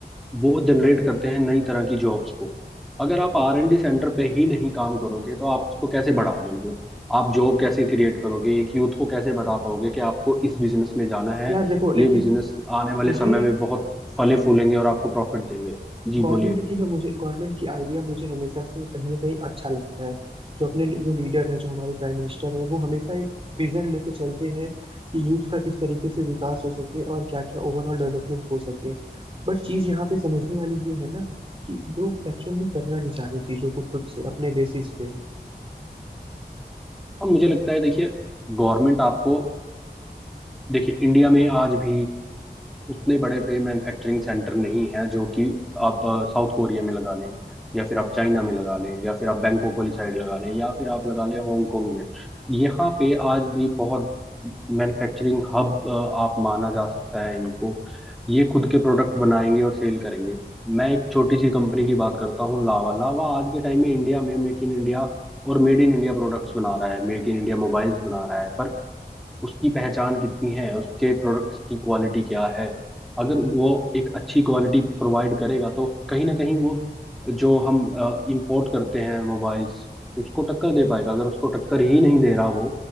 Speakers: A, in the centre; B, on the right (about 35°).
A: वो जनरेट करते हैं नई तरह की जॉब्स को अगर आप आर एंड डी सेंटर पे ही नहीं काम करोगे तो आप उसको कैसे बढ़ाओगे मतलब आप जॉब कैसे क्रिएट करोगे एक यूथ को कैसे बता पाओगे कि आपको इस बिजनेस में जाना है
B: यार देखो लेकिन
A: ये बिजनेस आने वाले
B: मुझे
A: समय में बहुत फले फूलेंगे और आपको प्रॉफिट देंगे जी
B: गवर्नमेंट
A: बोलिए
B: की ना मुझे गवर्नमेंट की आइडिया मुझे हमेशा से कहीं ना कहीं अच्छा लगता है जो अपने जो लीडर हैं जो हमारे प्राइम मिनिस्टर हैं वो हमेशा एक विजन लेके चलते हैं कि यूथ का किस तरीके से विकास हो सके और क्या क्या ओवरऑल डेवलपमेंट हो सके बट चीज यहाँ पे समझने वाली ये है ना कि लोग एक्चुअल में करना नहीं चाह रहे चीजों को खुद से अपने बेसिस पे
A: अब मुझे लगता है देखिए गवर्नमेंट आपको देखिए इंडिया में आज भी उतने बड़े पे मैन्युफैक्चरिंग सेंटर नहीं है जो कि आप साउथ कोरिया में लगा लें या फिर आप चाइना में लगा लें या फिर आप बैंकॉक वाली साइड लगा लें या फिर आप लगा लें हांगकांग में यहाँ पे आज भी बहुत मैन्युफैक्चरिंग हब आप माना जा सकता है इनको ये खुद के प्रोडक्ट बनाएंगे और सेल करेंगे मैं एक छोटी सी कंपनी की बात करता हूँ लावा लावा आज के टाइम में इंडिया में मेक इन इंडिया और मेड इन इंडिया प्रोडक्ट्स बना रहा है मेक इन इंडिया मोबाइल्स बना रहा है पर उसकी पहचान कितनी है उसके प्रोडक्ट्स की क्वालिटी क्या है अगर वो एक अच्छी क्वालिटी प्रोवाइड करेगा तो कहीं ना कहीं वो जो हम इंपोर्ट करते हैं मोबाइल्स उसको टक्कर दे पाएगा अगर उसको टक्कर ही नहीं दे रहा वो